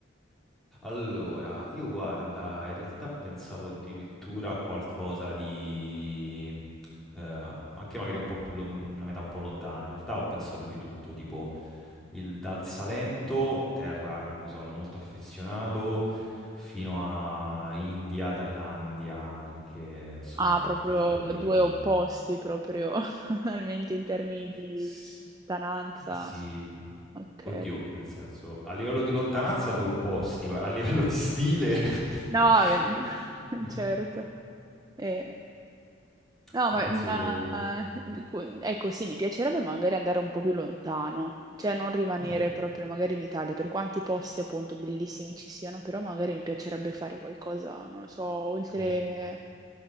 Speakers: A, in the centre; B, on the right.
A: Allora, io guarda, in realtà pensavo addirittura a qualcosa di... eh, anche magari un po' più, lon- una metà un po' lontana, in realtà ho pensato di tutto, tipo il- dal Salento, terra a cui sono molto affezionato, fino a India, Thailandia, anche insomma
B: Ah, proprio
A: qualcosa proprio
B: due
A: di...
B: opposti, proprio <laughs> totalmente in termini di
A: s-
B: lontananza.
A: Sì,
B: Ok.
A: oddio, nel senso, a livello di lontananza due opposti, guarda, a livello di stile...
B: No, vabbè,
A: <laughs>
B: <laughs> certo. Eh, No,
A: Penso
B: ma una-
A: che...
B: ecco, sì, mi piacerebbe magari andare un po' più lontano, cioè non rimanere
A: Mm,
B: proprio magari in Italia, per quanti posti appunto bellissimi ci siano, però magari mi piacerebbe fare qualcosa, non lo so, oltre,
A: mm.